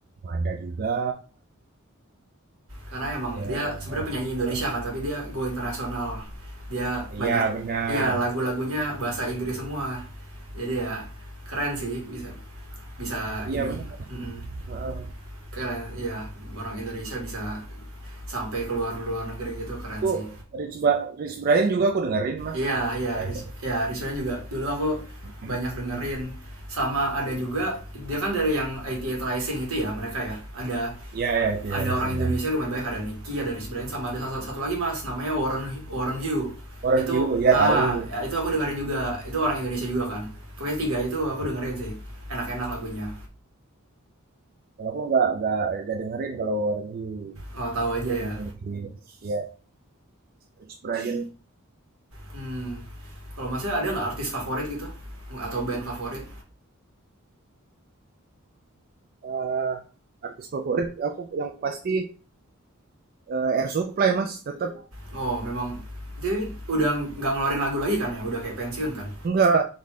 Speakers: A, on the right; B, on the right.
A: ada juga
B: karena emang
A: ya
B: dia sebenarnya penyanyi Indonesia
A: ah,
B: kan tapi dia go internasional dia banyak
A: iya benar,
B: ya lagu-lagunya bahasa Inggris semua jadi ya keren sih bisa bisa
A: iya
B: ini
A: benar.
B: Mm-mm.
A: Ah,
B: keren ya orang Indonesia bisa sampai keluar luar negeri gitu keren
A: Itu
B: sih
A: Rich, Ba- Rich Brian juga aku dengerin mas,
B: Iya,
A: Rich
B: iya,
A: Brian.
B: Ris ya Rizwan juga. Dulu aku
A: Hmm,
B: banyak dengerin sama ada juga dia kan dari yang IT Rising itu ya mereka ya. Ada
A: Iya ya itu
B: ada
A: ya Rising
B: orang Indonesia
A: ya.
B: lumayan banyak ada Nicky, ada Rich Brian sama ada satu, satu lagi Mas namanya Warren Warren Hugh.
A: For
B: Itu
A: You, iya
B: ah
A: tahu.
B: ya, itu aku dengerin juga. Itu orang Indonesia juga kan. Pokoknya tiga itu aku
A: Oh,
B: dengerin sih. Enak-enak lagunya.
A: Kalau aku nggak nggak nggak dengerin kalau For You.
B: Oh, tahu
A: aku
B: aja ya.
A: cuma di ya Rich Brian
B: Hmm, kalau Masnya ada nggak artis favorit gitu? Atau band favorit?
A: Eh, artis favorit aku yang pasti eh, Air Supply mas tetap
B: Oh, memang jadi udah nggak ngeluarin lagu lagi kan ya? Udah kayak pensiun kan?
A: enggak